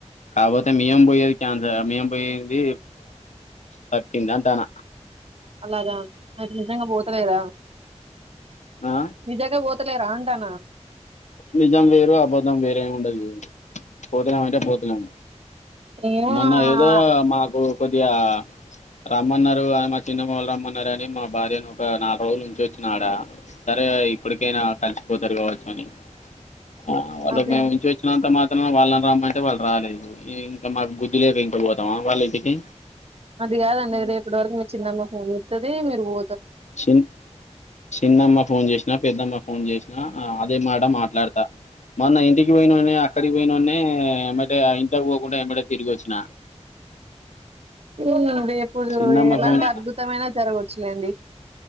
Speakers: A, on the left; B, on the right.
A: కాకపోతే మేం పోయేది కాన్సల్ మేం పోయింది తప్పింది అంటన్న
B: అలాగా ఐతే నిజంగా పోతలేదా
A: ఆ
B: నిజంగా ఓతలేర అంటన
A: నిజం వేరు అబద్ధం వేరేమి ఉండదు పోతున్నాం అంటే పోతున్నాం
B: ఏమో
A: మొన్న
B: ఆ-
A: ఏదో మాకు కొద్దిగా రమ్మన్నారు అని మా చిన్నమాలు రమ్మన్నారు అని మా భార్యను ఒక నాలుగు రోజులు ఉంచి ఓచ్చిన ఆడ సరే ఇప్పటికైనా కలిసిపోతారు కావచ్చు కాని ఆ వాళ్ళకి
B: అదే
A: మేము ఉంచి వచ్చినంత మాత్ర ఆ వాళ్ళని రమ్మంటే వాళ్ళు రాలేదు ఇంక మాకు బుద్ధి లేరు ఇంక పోతామా వాళ్ళ ఇంటికి
B: అది కాదండి రేపటి వరకు మీ చిన్నమ్మ ఫోన్ చేత్తది మీరు పో
A: చిన్ చిన్నమ్మ ఫోన్ చేసిన పెద్దమ్మ ఫోన్ చేస్ ఆ అ అదే మాట మాట్లాడతా మొన్న ఇంటికి పోయినొన్ని అక్కడికి పోయినొన్ని ఎంబటే ఆ ఇంటికి పోకుండా ఎంబటే తిరిగి వచ్చినా
B: అవునండి ఇప్పుడు
A: చిన్నమ్మ
B: ఎలాంటి
A: ఫోన్
B: అద్భుతమైన జరగచ్చులేండి